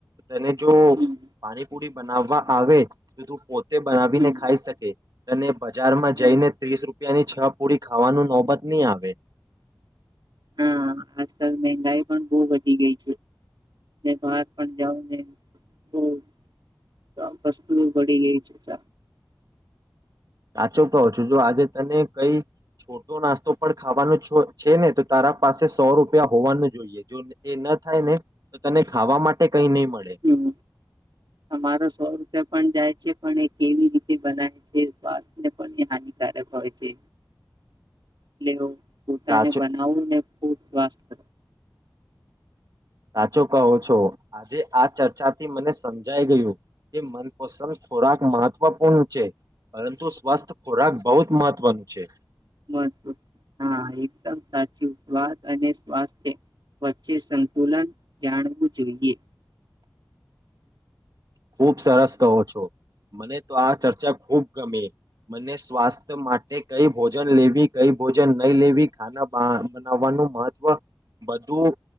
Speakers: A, on the right (about 55°); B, on the right (about 70°).
A: તેને જો
B: હમ
A: પાણીપુરી બનાવવા આવે તો તું પો તે બનાવીને
B: હમ
A: ખાઈ શકે તને બજારમાં જઈને
B: અ
A: રૂપિયાની છ પૂરી ખાવાનું નોબત નહીં આવે
B: હા આજકાલ મંગાઈ પણ બો વધી ગઈ છે બહાર પણ જાઓને બહ વસ્તુ ઘડી ગઈ છે.
A: સાચો કહો છો જો આજે તને કઈ છોટો નાસ્તો પણ ખાવાનો છો છે ને તો તારા પાસે સો રૂપિયા હોવાનું જોઈએ જો એ ન થાય ને તો તને ખાવા માટે કઈ નહી મળે
B: હમ અમારો સવર પણ જાય છે પણ એ કેવી રીતે બનાવે છે સ્વસ્થ ને પણ એ હાનિકારક હોય છે એટલે પોતાને
A: સાચો
B: બનાવું ને ખ સ્વાસ્થ
A: સાચો કહો છો આજે આ ચર્ચાથી મને સમજાઈ ગયું કે મનપસંદ ખોરાક મહત્વપૂર્ણ છે પરંતુ સ્વસ્થ ખોરાક બહુ જ મહત્વનું છે.
B: મહત્વ હા એકદમ સાચું સ્વાદ અને સ્વાસ્થ્ય વચ્ચે સંતુલન જાણવું જોઈએ.
A: ખૂબ સરસ કહો છો મને તો આ ચર્ચા ખુબ ગમે મને સ્વાસ્થ્ય માટે કઈ ભોજન લેવી કઈ ભોજન નહી લેવી ખાના બનાવવાનું મહત્વ બધું